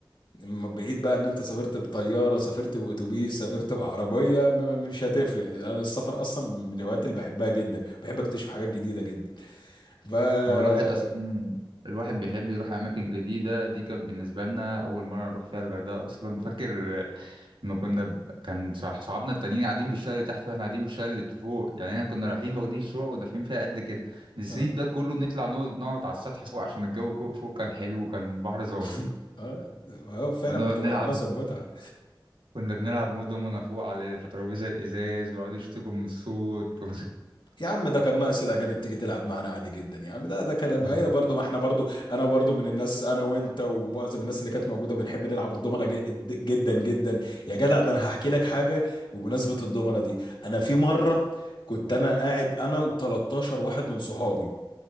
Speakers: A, on the left; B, on the right.
A: م- بعيد بقى ان انت سافرت بطياره سافرت باتوبيس سافرت بعربيه م- م- مش هتفرق انا السفر اصلا من الهوايات اللي بحبها جدا بحب اكتشف حاجات جديده جدا فكمل
B: هو الواحد اصلا الواحد بيحب يروح اماكن جديدة دي كانت بالنسبة لنا اول مرة نروح فيها الغردقة اصلا فاكر ما كنا ب... كان صح صحابنا التانيين قاعدين في الشارع اللي تحت واحنا قاعدين في الشارع اللي فوق يعني احنا كنا رايحين واخدين شقق ودافعين فيها قد كده نسيب
A: اه
B: ده كله ونطلع نقعد نقعد على السطح فوق عشان الجو كو- فوق كان حلو وكان البحر ظاهر
A: <laughs> اه آه، فعلا
B: نقعد
A: بتبقى
B: نلعب
A: مناظر متعه
B: كنا بنلعب مود دومنا فوق على الترابيزة الإزاز ويقعدوا يشتكوا من الصوت و...
A: يا عم ده كان ناقص الاجانب تيجي تلعب معانا عادي جدا يا عم ده ده كان
B: <laughs>
A: ما هي برضه ما احنا برضه انا برضه من الناس انا وانت ومعظم الناس اللي كانت موجوده بنحب نلعب الضمنه ج- جدا جدا يا جدع ده انا هحكي لك حاجه بمناسبه الضمنه دي انا في مره كنت انا قاعد انا و13 واحد من صحابي